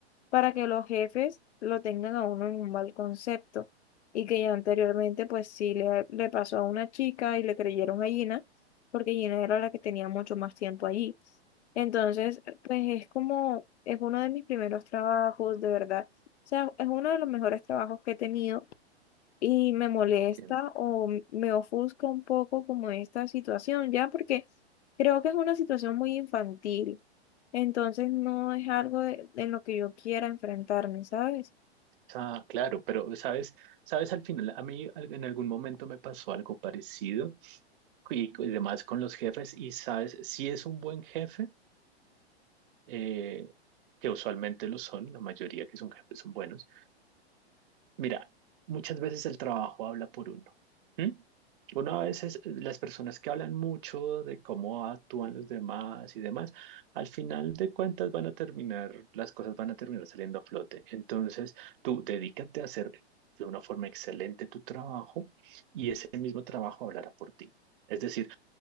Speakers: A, on the left; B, on the right.
A: para que los jefes lo tengan a uno en un mal concepto. Y que ya anteriormente, pues sí, le, le pasó a una chica y le creyeron a Gina, porque Gina era la que tenía mucho más tiempo allí. Entonces, pues es como, es uno de mis primeros trabajos, de verdad. O sea, es uno de los mejores trabajos que he tenido y me molesta
B: entiendo.
A: o m- me ofusca un poco como esta situación, ya porque creo que es una situación muy infantil, entonces no es algo de- en lo que yo quiera enfrentarme, ¿sabes?
B: Ah, claro, pero sabes, sabes, al final, a mí al- en algún momento me pasó algo parecido y, y demás con los jefes y sabes, si es un buen jefe, eh, que usualmente lo son, la mayoría que son jefes son buenos. Mira, muchas veces el trabajo habla por uno. ¿m? Uno a veces, eh, las personas que hablan mucho de cómo actúan los demás y demás, al final de cuentas van a terminar, las cosas van a terminar saliendo a flote. Entonces, tú dedícate a hacer de una forma excelente tu trabajo y ese mismo trabajo hablará por ti. Es decir,